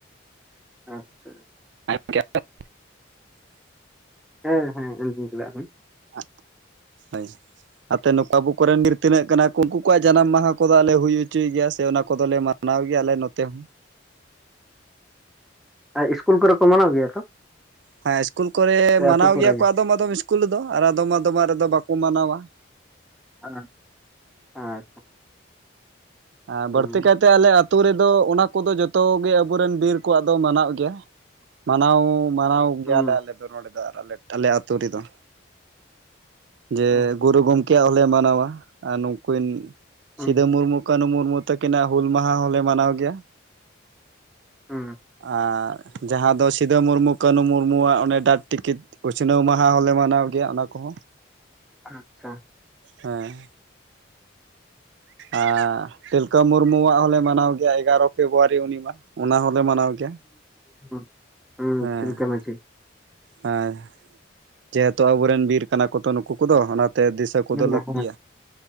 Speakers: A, in the centre; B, on the right.
A: ᱟᱪᱪᱷᱟ ᱾
B: <unintelligible>
A: ᱦᱮᱸ ᱦᱮᱸ ᱮᱠᱫᱚᱢ ᱪᱮᱫᱟᱜ ᱵᱟᱝ ᱾
B: <unintelligible> ᱦᱳᱭ ᱾ ᱟᱯᱮ ᱱᱚᱠᱟ ᱟᱵᱩ ᱠᱚᱨᱮᱱ ᱵᱤᱨ ᱛᱤᱱᱟᱹᱜ ᱠᱟᱱᱟ ᱠᱚ ᱩᱱᱠᱩ ᱠᱚᱣᱟᱜ ᱡᱟᱱᱟᱢ ᱢᱟᱦᱟ ᱠᱚᱫᱚ ᱟᱞᱮ ᱦᱩᱭ ᱦᱚᱪᱚᱭ ᱜᱮᱭᱟ ᱥᱮ ᱚᱱᱟ ᱠᱚᱫᱚᱞᱮ ᱢᱟᱱᱟ ᱢᱟᱱᱟᱣ ᱜᱮᱭᱟ ᱟᱞᱮ ᱱᱚᱛᱮ ᱦᱚᱸ ᱾
A: ᱟᱨ ᱤᱥᱠᱩᱞ ᱠᱚᱨᱮ ᱠᱚ ᱢᱟᱱᱟᱣ ᱜᱮᱭᱟ ᱛᱚ?
B: ᱦᱮᱸ ᱤᱥᱠᱩᱞ ᱠᱚᱨᱮ
A: ᱥᱮ
B: ᱢᱟᱱᱟᱣ
A: ᱟᱹᱛᱩ ᱠᱚᱨᱮ
B: ᱜᱮᱭᱟ
A: ᱜᱮ
B: ᱠᱚ ᱟᱫᱚᱢ ᱟᱫᱚᱢ ᱤᱥᱠᱩᱞ ᱨᱮᱫᱚ, ᱟᱨ ᱟᱫᱚᱢ ᱟᱫᱚᱢᱟᱜ ᱨᱮᱫᱚ ᱵᱟᱠᱚ ᱢᱟᱱᱟᱣᱟ ᱾
A: ᱟᱸ ᱟᱪ
B: ᱟᱸ
A: ᱦᱩᱸ
B: ᱵᱟᱹᱲᱛᱤ ᱠᱟᱭᱛᱮ ᱟᱞᱮ ᱟ ᱛᱩ ᱨᱮᱫᱚ ᱚᱱᱟ ᱠᱚᱫᱚ ᱡᱚᱛᱚ ᱜᱮ ᱟᱵᱚ ᱨᱮᱱ ᱵᱤᱨ ᱠᱚᱣᱟᱜ ᱫᱚ ᱢᱟᱱᱟᱣ ᱜᱮᱭᱟ, ᱢᱟᱱᱟᱣ ᱢᱟᱱᱟᱣ ᱜᱮᱭᱟᱞᱮ
A: ᱦᱩᱸ
B: ᱟᱞᱮ ᱫᱚ ᱱᱚᱰᱮ ᱫᱚ ᱟᱨ ᱟᱞᱮ ᱟᱞᱮ ᱟᱛᱩ ᱨᱮᱫᱚ᱾ ᱡᱮ
A: ᱟᱪᱪᱷᱟ
B: ᱜᱩᱨᱩ ᱜᱚᱝᱠᱮᱭᱟᱜ ᱦᱚᱸᱞᱮ ᱢᱟᱱᱟᱣᱟ, ᱟᱨ ᱱᱩᱠᱤᱱ
A: ᱦᱩᱸ
B: ᱥᱤᱫᱚ ᱢᱩᱨᱢᱩ, ᱠᱟᱹᱱᱩ ᱢᱩᱨᱢᱩ ᱛᱟᱹᱠᱤᱱᱟᱜ ᱦᱩᱞ ᱢᱟᱦᱟ ᱦᱚᱸᱞᱮ ᱢᱟᱱᱟᱣ ᱜᱮᱭᱟ᱾
A: ᱦᱩᱸ
B: ᱟᱸᱻ ᱡᱟᱦᱟᱸ ᱫᱚ ᱥᱤᱫᱚ ᱢᱩᱨᱢᱩ, ᱠᱟᱹᱱᱩ ᱢᱩᱨᱢᱩᱣᱟᱜ ᱚᱱᱮ ᱰᱟᱠ ᱴᱤᱠᱤᱴ, ᱩᱪᱷᱱᱟᱹᱣ ᱢᱟᱦᱟ ᱦᱚᱸᱞᱮ ᱢᱟᱱᱟᱣ ᱜᱮᱭᱟ, ᱚᱱᱟ ᱠᱚᱦᱚᱸ᱾
A: ᱟᱪᱪᱷᱟ᱾
B: ᱦᱮᱸ᱾ ᱟᱸᱻ ᱛᱤᱞᱠᱟᱹ ᱢᱩᱨᱢᱩᱣᱟᱜ ᱦᱚᱸᱞᱮ ᱢᱟᱱᱟᱣ ᱜᱮᱭᱟ ᱮᱜᱟᱨᱚ ᱯᱷᱮᱵᱽᱨᱩᱣᱟᱨᱤ ᱩᱱᱤ ᱢᱟ, ᱚᱱᱟ ᱦᱚᱸᱞᱮ ᱢᱟᱱᱟᱣ ᱜᱮᱭᱟ᱾
A: <inaudible> ᱦᱩᱸ
B: ᱦᱮᱸ
A: ᱛᱤᱞᱠᱟᱹ ᱢᱟᱡᱷᱤ,
B: ᱦᱮᱸ, ᱡᱮᱦᱮᱛᱩ ᱟᱵᱚ ᱨᱮᱱ ᱵᱤᱨ ᱠᱟᱱᱟ ᱠᱚ ᱛᱚ ᱱᱩᱠᱩ ᱠᱚᱫᱚ ᱚᱱᱟᱛᱮ ᱫᱤᱥᱟᱹ ᱠᱚᱫᱚ
A: ᱦᱮᱸ ᱦᱮᱸ
B: ᱞᱟᱹᱠᱛᱤᱭᱟ᱾